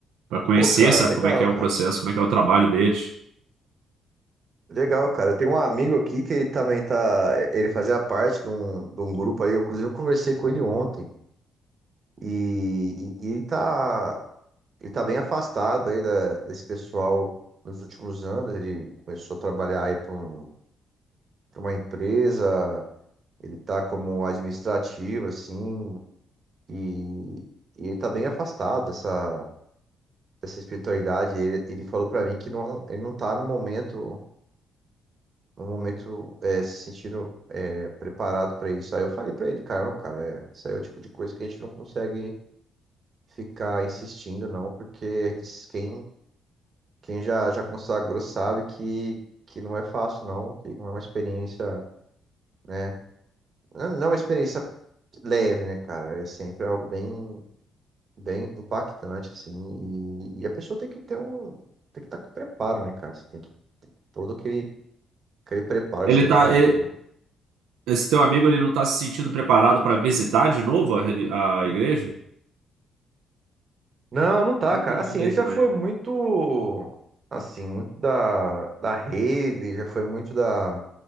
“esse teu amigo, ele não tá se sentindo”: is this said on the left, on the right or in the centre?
Right